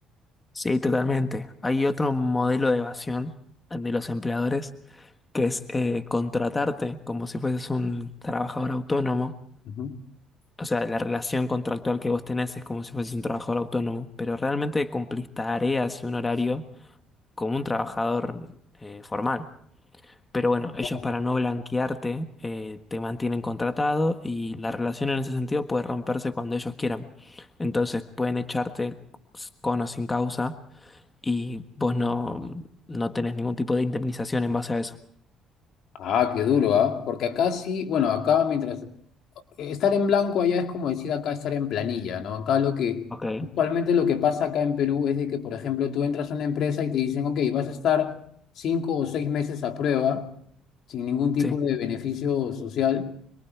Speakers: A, on the left; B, on the left.
A: Sí, totalmente. Hay otro modelo de evasión de los empleadores que es eh, contratarte como si fueses un trabajador autónomo.
B: Ujú.
A: O sea, la relación contractual que vos tenés es como si fueses un trabajador autónomo, pero realmente cumplís tareas y un horario como un trabajador eh, formal. Pero bueno, ellos
B: Ojo.
A: para no blanquearte eh, te mantienen contratado y la relación en ese sentido puede romperse cuando ellos quieran. Entonces pueden echarte con o sin causa y vos no, no tenés ningún tipo de indemnización en base a eso.
B: Ah, qué duro, ¿ah? Porque acá sí, bueno, acá mientras Estar en blanco allá es como decir acá estar en planilla, ¿no? Acá lo que,
A: Ok.
B: usualmente lo que pasa acá en Perú es de que, por ejemplo, tú entras a una empresa y te dicen, ok, vas a estar cinco o seis meses a prueba, sin ningún tipo
A: Sí,
B: de beneficio social,